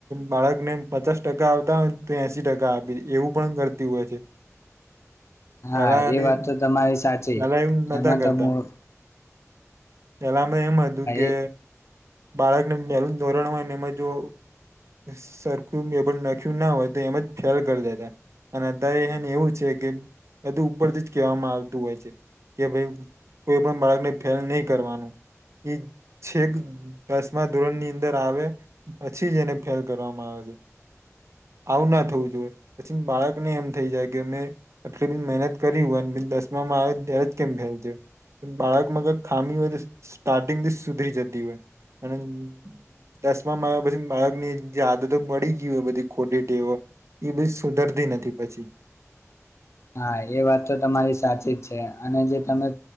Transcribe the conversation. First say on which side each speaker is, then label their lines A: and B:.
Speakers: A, on the right; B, on the left.
A: બાળકને પચાસ ટકા આવતા હોય તો એસી ટકા આપી દે એવું પણ કરતી હોય છે.
B: હા
A: પેલાની
B: એ વાત તો તમારી સાચી.
A: પેલા એવું નતા
B: એમાં
A: કરતા
B: તો મું
A: પેલામાં એમ હતું કે
B: એ
A: બાળકને પહેલું ધોરણમાં ને એમાં જો સરખું પેપર નાખ્યું ના હોય તો એમ જ ફેલ કર દેતા. અને અતારે હે ને એવું છે કે બધું ઉપરથી જ કહેવામાં આવતું હોય છે. કે ભાઈ કોઈ પણ બાળકને ફેલ નહીં કરવાનું એ છે, કે દસમા ધોરણ ની અંદર આવે પછી જ એને ફેલ કરવામાં આવે છે. આવું ના થવું જોઈએ, પછી બાળકને એમ થઈ જાય કે મે એટલી મહેનત કરી હોય. દશમાં મામા આયો ત્યારે જ એવું કેમ થયું? બાળક મા કઈ ખામી હોય તો સ્ટાર્ટિંગથી સુધરી જતી હોય, અને દસમા મા પછી બાળક ની યાદ તો મળી ગય હોય, બધી ખોટી ટેવો. એ બી સુધરતી નથી, પછી
B: <inaudible> હા એ વાત તો તમારી સાચી જ છે, અને જે તમે